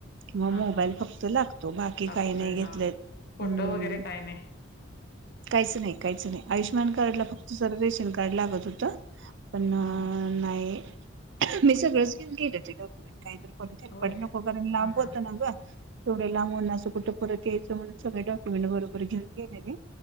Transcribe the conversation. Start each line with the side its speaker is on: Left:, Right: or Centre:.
Right: मग
Left: हा
Right: मोबाईल
Left: हा
Right: फक्त लागतो. बाकी
Left: लागतोय
Right: काही नाही
Left: हा
Right: घेतले.
Left: फोटो
Right: हम्
Left: वगैरे काही नाही
Right: काहीच नाही? <inaudible> <inaudible> आयुष्न कार्डलाक्त
Left: हा
Right: सर्वेशन कार कलागत होत पण अ अ
Left: हा
Right: नाही मिस सगळे चं घेऊन गेले होते डॉक्युमेंट कायत्र परत हेल
Left: होय
Right: पडकरन ला
Left: हा
Right: अंब
Left: हा
Right: होतो नग तेवढं लांब उनाच कुठ परत यायच म्हण सगलं डॉक्यूमेट बरोबर घेऊन गे